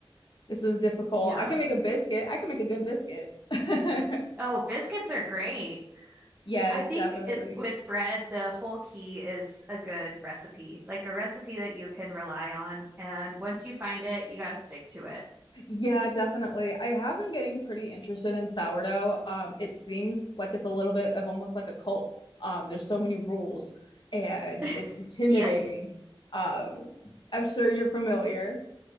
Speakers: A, on the left (about 55°); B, on the right (about 20°).
A: this is difficult.
B: Yeah.
A: I can make a biscuit. I can make a good biscuit. <laughs>
B: Oh, biscuits are great.
A: Yes,
B: I think
A: definitely.
B: it, with bread, the whole key is a good recipe, like a recipe that you can rely on. And once you find it, you got to stick to it.
A: Yeah, definitely. I have been getting pretty interested in sourdough. Um, it seems like it's a little bit of almost like a cult. Um, there's so many rules and
B: <laughs>
A: it's Yeah. intimidating.
B: Yes.
A: Um, I'm sure you're familiar.